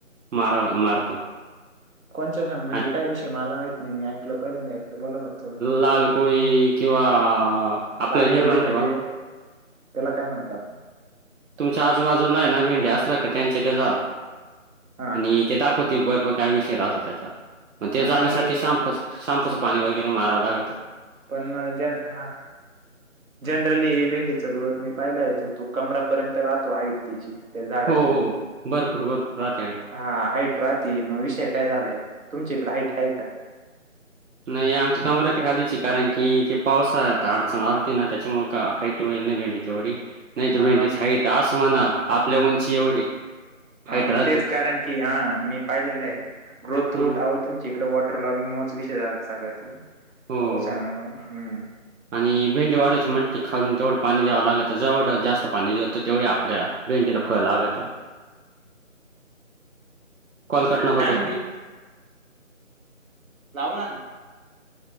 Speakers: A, on the right; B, on the right.
A: मारा- मारतो.
B: कोण म्हणजे
A: आणि
B: काय विषय मला माहीत नाही म ऐकलं पहिल्यांदा ऐकलं बोला बरं थोडं.
A: लाल कोळी किंवा आपलं
B: लाल
A: हेे
B: कोळी
A: म्हणते
B: म्हणजे
A: बा
B: त्याला काय म्हणत्यात
A: तुमच्या आजूबाजूला आहे ना भेंडे्या असला का त्यांचे ते जा
B: हा
A: आणि ते द बर काय विषय राहतो त्याचा पण ते
B: आणि
A: जाण्यासाठी शांप शॅम्पूचं पाणी वगैरे मारावं लागत.
B: पण मग ज हा जनरली ही भेंडीचा ग्रोथ मी पाहियला येतो तो कमरापर्यंत राहतो हईट तिची त्या झाडाची
A: हो, हो. भरपूर, भरपूर राहते हाईट.
B: हा हाइट राहते मग विषय काय झालाय तुमच्या इकड हाइट आहे का
A: नाही आमची कमरा त खालीची कारण की तेे पावसाळ्यात अडचण आलती ना त्याच्यामुळे का हाईट वईल नाही भेंडी. एवढी नाही तर
B: हा
A: भेंडीची हाईट असं होईना आपल्या उंची एवढी
B: हा
A: हाईट राहतेच.
B: तेच कारण की हा मी पाहिलेलं आहे ग्रोथ
A: हं,
B: रूट
A: हं.
B: आ तुमच्या इकडे वॉटर लॉगिंग मुळच विषय झाला सगळ्यात
A: हो
B: पावसामुळे हम्म
A: आणि भेंडी वाढायची म्हटल खालून तेवढं पाणी द्यावं लागत जेवढं जास्त पाणी जात तेवढ आपल्या भेंडीला फळ लागतं. कॉल कट नका
B: काय म्हणती
A: करू
B: लावला ना